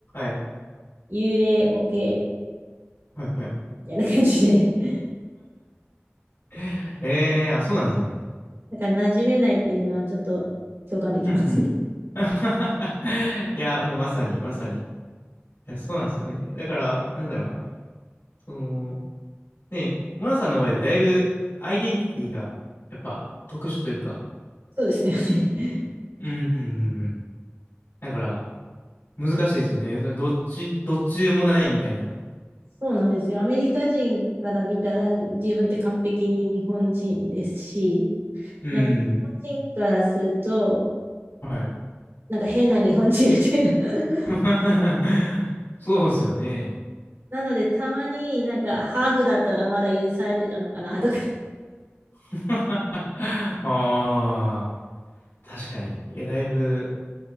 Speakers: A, on the left; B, on the right.
A: い。
B: 幽霊オケ
A: はいはい。
B: みたいな感じで、
A: <laughs> ええー、あ、そうなんですね。
B: だから馴染めないっていうのはちょっと共感できます。
A: うんうん。<laughs> いや、もうまさに、まさに。いや、そうなんですよね。だから、なんだろうな。その、ね、モナさんの場合、だいぶアイデンティティがやっぱ特殊というか、
B: <laughs> そうですね。<laughs>
A: うん、うん、うんうん。だから難しいですよね。それどっち、どっちでもないみたいな。
B: そうなんですよ。アメリカ人から見たら自分って完璧に日本人ですし、
A: うん。
B: なんか、日本人からすると、
A: はい。
B: なんか変な日本人みたいな。<laughs>
A: <laughs> そうですよね。
B: なので、たまになんかハーフだったらまだ許されてたのかなとか
A: <laughs>
B: <laughs>
A: ああ、確かに。いや、だいぶ